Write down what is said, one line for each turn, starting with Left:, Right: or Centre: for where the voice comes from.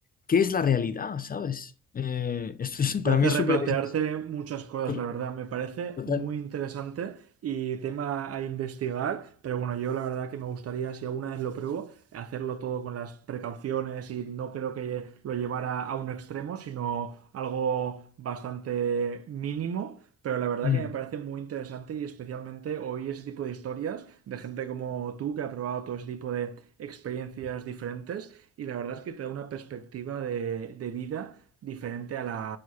Left: ¿qué es la realidad, ¿sabes? Eh, <laughs> esto es, para
Right: Te hace
Left: mí es
Right: replantearte
Left: súper, es-
Right: muchas cosas,
Left: to-
Right: la verdad. Me parece
Left: total,
Right: muy interesante y tema a investigar. Pero bueno, yo la verdad que me gustaría, si alguna vez lo pruebo, hacerlo todo con las precauciones y no creo que lo llevara a un extremo, sino algo bastante mínimo. Pero la verdad
Left: Mm,
Right: que me parece muy interesante y especialmente oír ese tipo de historias de gente como tú que ha probado todo ese tipo de experiencias diferentes y la verdad es que te da una perspectiva de, de vida diferente a la,